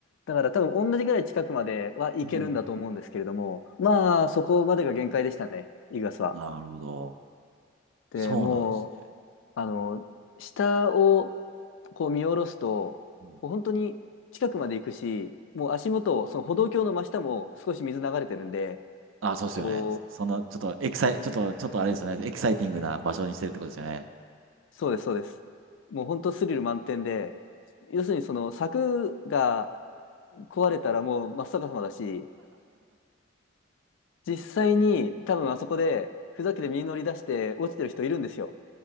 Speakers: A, on the left; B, on the right.
A: だから多分同じぐらい近くまでは行けるんだと思うんですけれども、
B: うん。
A: まあ、そこまでが限界でしたね、イーグアスは。
B: なるほど。
A: で、
B: そうなんですね。
A: もう、あの、
B: うん
A: 下を、こう見下ろすと、
B: うん
A: こう本当に近くまで行くし、もう足元、その歩道橋の真下も少し水流れてるんで、
B: ああ、そうですよね。
A: こう、
B: その、ちょっとエキサイ、ちょっと、ちょっとあれですよね。エキサイティングな場所にしてるってことですよね。
A: そうです、そうです。もう本当スリル満点で、要するにその柵が壊れたらもう真っ逆さまだし、実際に多分あそこでふざけて身に乗り出して落ちてる人いるんですよ。